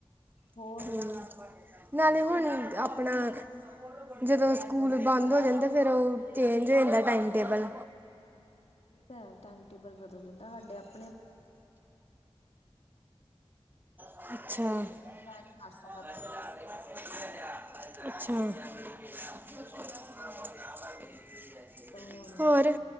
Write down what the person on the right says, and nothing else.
ਹਮ। ਨਾਲੇ ਹੁਣ, ਆਪਣਾਂ। ਜਦੋਂ ਸਕੂਲ ਬੰਦ ਹੋ ਜਾਂਦੇਆ, ਤੇ ਫਿਰ ਉਹ ਚੇਂਜ ਹੋ ਜਾਂਦਾ ਹੈ, ਟਾਈਮ ਟੇਬਲ।
ਅੱਛਾ।
<unintelligible>
ਹੋਰ